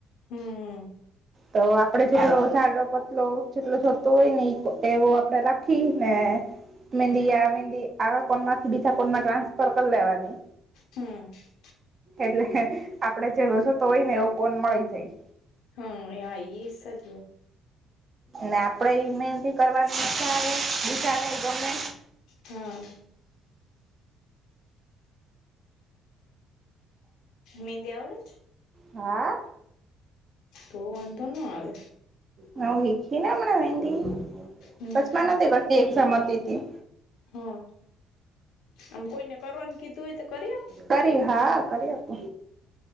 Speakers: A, on the left; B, on the right.
A: હમ
B: તો આપડે જેટલો જાડો પતલો જેટલો થતો હોય ને એવો આપડે રાખ. થી ને મેંદીં આ મેદી આ કોનમાંથી બીજા કોનમા ટ્રાન્સફર કરી લેવાની.
A: હમ
B: એટલે આપડે જેવો જોતો હોય ને એવો કોન મળી જાય.
A: હમ એઈ સાજ.
B: ને આપડે ઈ મહેદી કરવાની મઝા આવે બીજા નઈ ગમે.
A: હા. મેંદી આવડે જ.
B: હા.
A: તો વાંધો ન આવે.
B: હ વીખી ને હમણાં મેંદી
A: હમ
B: વચમાં નથી કરતી એક્ઝામ હતી તી.
A: હા આમ કોઈને કરવાનું કીધું હોય તો કરી આપ.
B: કરી હા કરી આપો.